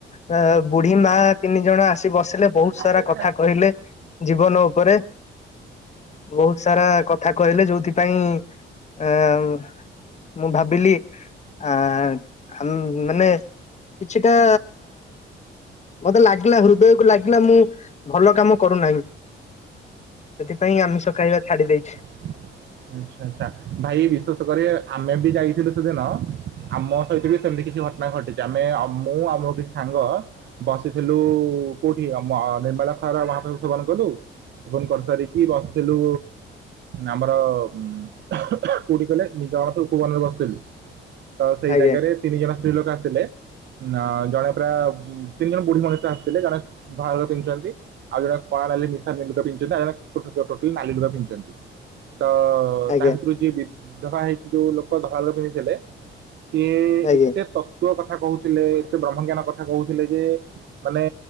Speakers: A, on the left (about 35°); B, on the right (about 60°).
A: ଅ ବୁଢୀ ମା ତିନି ଜଣ ଆସି ବସିଲେ ବହୁତ ସାରା
B: ଆଚ୍ଛା
A: କଥା କହିଲେ ଜୀବନ ଉପରେ। ବହୁତ ସାରା କଥା କହିଲେ ଯୋଉଥିପାଇଁ ଅଁ ମୁଁ ଭାବିଲି ଆ ଆମ ମାନେ କିଛିଟା ମତେ ଲାଗିଲା ହୃ ବୋଉକୁ ଲାଗିଲା ମୁଁ ଭଲ କାମ କରୁନାହିଁ। ସେଥିପାଇଁ ଆମିଷ ଖାଇବା ଛାଡି ଦେଇଛି।
B: ହ <inaudible> ଆଚ୍ଛା ଆଚ୍ଛା! ଭାଇ ବିଶ୍ୱାସ କରିବେ ଆମେ ବି ଯାଇଥିଲୁ ସେଦିନ ଆମ ସହିତ ବି ସେମିତି କିଛି ଘ ଘଟଣା ଘଟିଛି ଆମେ ମୁଁ ଆମ ଦୁଇ ସାଙ୍ଗ ବସିଥିଲୁ କୋଉଠି ଆମ ନିର୍ମାଳା ଖର ମହାପ୍ରଭୁ ପୂରଣ କଲୁ ସେବାନ କରିସାରିକି ବସିଥିଲୁ ଆମର ଉ କୋଉଠି କହିଲେ ନିଜଣ ତ ଉପବନରେ ବସିଥିଲୁ। ତ ସେଇ
A: ଆଜ୍ଞା
B: ଜାଗାରେ ତିନି ଜଣ ସ୍ତ୍ରୀ ଲୋକ ଆସିଥିଲେ ନା ଜଣେ ପ୍ରାୟ ତିନି ଜଣ ବୁଢୀ ମଣିଷ ଆସିଥିଲେ ଜଣେ ଧଳା ଲୁଗା ପିନ୍ଧିଛନ୍ତି ଆଉ ଜଣେ କଳା ନାଲି ମିଶା ଲୁଗା ବିନ୍ଧିଛନ୍ତି ଆଉ ଜଣେ <unintelligible> ନାଲି ଲୁଗା ପିନ୍ଧିଛନ୍ତି। ତ
A: ଆଜ୍ଞା
B: ତା ଭିତରୁ ଯିଏ ବିଧବା ହେଇକି ଯୋଉ ଲୋକ ଧଳା ଲୁଗା ପିନ୍ଧିଥିଲେ ସିଏ
A: ଆଜ୍ଞା
B: ଏତେ ତ କଥା କହୁଥିଲେ ଏତ ବ୍ରହ୍ମଜ୍ଞାନ କଥା କହୁଥିଲେ ଯେ ମାନେ